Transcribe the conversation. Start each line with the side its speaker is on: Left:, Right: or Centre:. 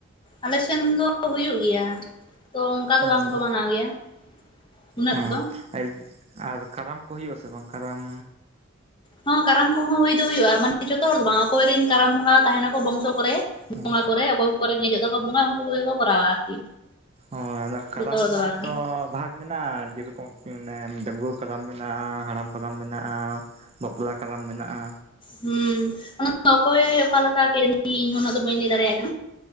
Left: ᱟᱞᱮᱥᱮᱱ ᱫᱚ ᱦᱩᱭᱩᱜ ᱜᱮᱭᱟ, ᱛᱚ ᱚᱱᱠᱟ
Right: ᱦᱮᱸ
Left: ᱫᱚ ᱵᱟᱝᱠᱚ ᱢᱟᱱᱟᱣ ᱜᱮᱭᱟ᱾ ᱩᱱᱟᱹᱜ
Right: ᱦᱮᱸ
Left: ᱫᱚ
Right: ᱟᱨ, ᱟᱨ ᱠᱟᱨᱟᱢ ᱠᱚ ᱦᱩᱭᱩᱜ ᱟᱥᱮ ᱵᱟᱝ ᱠᱟᱨᱟᱢ?
Left: ᱦᱚ ᱠᱟᱨᱟᱢ ᱠᱚᱦᱚᱸ ᱦᱩᱭ ᱫᱚ ᱦᱩᱭᱩᱜᱼᱟ, ᱢᱟᱱᱮ ᱡᱷᱚᱛᱚ ᱦᱚᱲ ᱫᱚ ᱵᱟᱝ ᱚᱠᱚᱭ ᱨᱮᱱ ᱠᱟᱨᱟᱢ ᱵᱚᱸᱜᱟ ᱛᱟᱦᱮᱱᱟ ᱠᱚ ᱵᱚᱝᱥᱚ ᱠᱚᱨᱮ᱾
Right: ᱦᱮᱸ
Left: ᱵᱚᱸᱜᱟ ᱠᱚᱨᱮ ᱚᱠᱚᱭ ᱠᱚᱨᱮ ᱨᱮᱸᱜᱮᱡᱽ ᱚᱜ ᱛᱟᱠᱚ ᱵᱚᱸᱜᱟ ᱩᱱᱠᱩ ᱠᱚᱜᱮ ᱠᱚ ᱠᱚᱨᱟᱣᱟ ᱟᱨᱠᱤ᱾
Right: ᱦᱳᱭ, ᱟᱫᱚ ᱠᱟᱨᱟᱢ
Left: ᱡᱚᱛᱚ ᱦᱚᱲ
Right: ᱨᱮᱱᱟᱜ
Left: ᱫᱚ ᱵᱟᱝᱟ
Right: ᱦᱚᱛᱚ ᱵᱷᱟᱜ ᱢᱮᱱᱟᱜᱼᱟ, ᱡᱮᱨᱚᱠᱚᱢ ᱢᱟᱱᱮ ᱰᱟ. ᱝᱜᱩᱣᱟᱹ ᱠᱟᱨᱟᱢ ᱢᱮᱱᱟᱜᱼᱟ ᱦᱟᱲᱟᱢ ᱠᱟᱨᱟᱢ ᱢᱮᱱᱟᱜᱼᱟ, ᱵᱟᱯᱞᱟ ᱠᱟᱨᱟᱢ ᱢᱮᱱᱟᱜᱼᱟ᱾
Left: ᱦᱩᱸ ᱚᱱᱟ ᱚᱠᱚᱭ ᱚᱠᱟᱞᱮ ᱞᱮᱠᱟ ᱠᱤ ᱡᱟᱱᱤ ᱚᱱᱟ ᱫᱚ ᱵᱟᱹᱧ ᱞᱟᱹᱭ ᱫᱟᱲᱮᱭᱟᱜ ᱠᱟᱱᱟ᱾